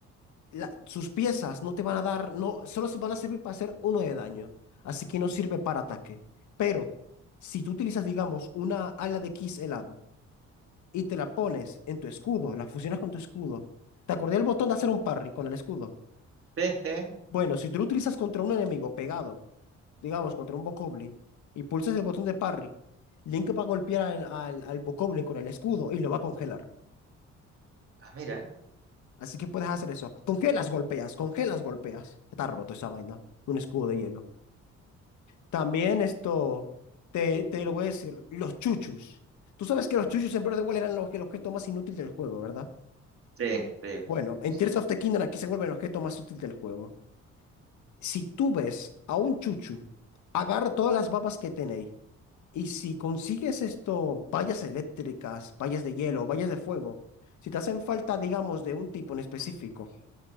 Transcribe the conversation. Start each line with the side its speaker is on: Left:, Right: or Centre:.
Left: la- sus piezas no te van a dar, no, solo se van a servir para hacer uno de daño. Así que no sirve para ataque. Pero si tú utilizas, digamos, una ala de Kiss helado y te la pones en tu escudo, la fusionas con tu escudo, ¿te acordé el botón de hacer un parry con el escudo?
Right: Sí, sí.
Left: Bueno, si tú lo utilizas contra un enemigo pegado, digamos, contra un Bokoblin, y pulsas el botón de parry, Link va a golpear al, al, al Bokoblin con el escudo y lo va a congelar.
Right: Ah, mira.
Left: Así que puedes hacer eso. Congelas, golpeas, congelas, golpeas. Está roto esa vaina. Un escudo de hielo. También esto, te, te lo voy a decir, los chuchus. Tú sabes que los chuchus en Breath of the Wild eran los, el objeto más inútil del juego, ¿verdad?
Right: Sí, sí,
Left: Bueno, en
Right: sí.
Left: Tears of the Kingdom aquí se vuelve el objeto más útil del juego. Si tú ves a un chuchu, agarra todas las babas que tenéis Y si consigues esto, vallas eléctricas, vallas de hielo, vallas de fuego, si te hacen falta, digamos, de un tipo en específico,